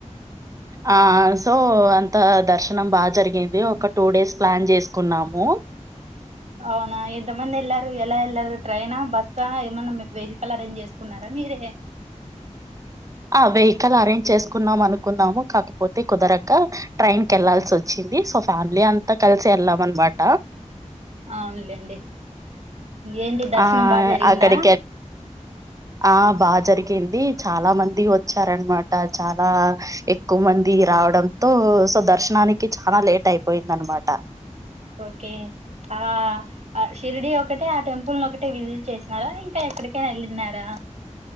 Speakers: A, on the right; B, on the right.
A: ఆ సో అంత దర్శన్ బాగా జరిగింది ఒక టూ డేస్ ప్లాన్ చేసుకున్నాము
B: అవునా ఎంతమంది వెళ్ళారు ఎలా వెళ్లారు ట్రైనా బస్సా ఏమన్నా వెహికల్ అరేంజ్ చేసుకున్నారా మీరే
A: ఆ వెహికల్ అరేంజ్ చేసుకున్నాం అనుకున్నాము కాకపోతే కుదరక ట్రైన్ కి వెళ్లాాల్సి వచ్చింది సో ఫ్యామిలీ అంతా కలిసి వెళ్ళాం అనమాట
B: అవునులేండి ఏంటి దర్శనం
A: ఆ
B: బాగా జరిగిందా
A: అక్కడికి ఆ బాగా జరిగింది ది చాలా మంది వచ్చారనమాట చాలా ఎక్కువ మంది రావడంతో సో దర్శనానికి చాలా లేట్ అయిపోయింది అనమాట
B: ఓకే ఆ ఆ షీర్డి ఒకటే ఆ టెంపుల్ ను ఒకటి విజిట్ చేసిన్నారా ఇంకా ఎక్కడికైనా వెళ్ళినారా